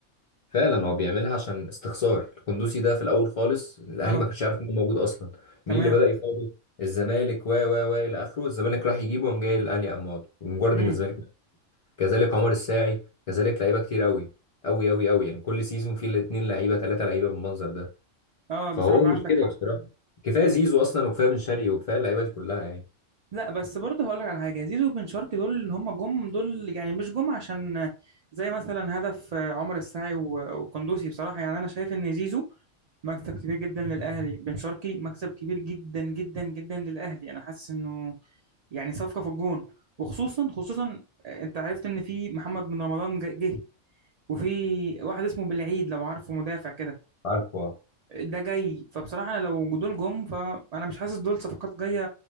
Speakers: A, on the left; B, on the right.
A: فعلا هو بيعملها عشان استخسار القندوسي ده في الاول خالص الاهلي
B: اه
A: ما كانش عارف ان هو موجود اصلا
B: تمام
A: مين اللي بدا يفاوضه الزمالك و و و الى اخره الزمالك راح يجيبه وقام جاي الاهلي قام واخده مجرد
B: امم
A: ان الزمالك كذلك عمر الساعي كذلك لعيبه كتير قوي قوي قوي قوي يعني كل سيزون فيه الاثنين لعيبه ثلاثه لعيبه بالمنظر ده
B: اه
A: فهو
B: بصراحه
A: مش
B: عندك
A: كده
B: حق
A: بصراحه كفايه زيزو اصلا وكفايه بن شرقي وكفايه اللعيبه دي كلها يعني
B: لا بس برضه هقول لك على حاجه زيزو وبن شرقي دول اللي هم جم دول يعني مش جم عشان زي مثلا هدف آه، عمر السعي و- والقندوسي بصراحه يعني انا شايف ان زيزو مكسب كبير جدا للأهلي بن شرقي مكسب كبير جدا جدا جدا للأهلي أنا حاسس إنه يعني صفقة في الجون وخصوصا خصوصا آه، أنت عرفت إن في محمد بن رمضان جا- جه وفي واحد اسمه بالعيد لو عارفه مدافع كده
A: عارفه
B: ده جاي فبصراحة أنا لو دول جم فأنا مش حاسس دول صفقات جاية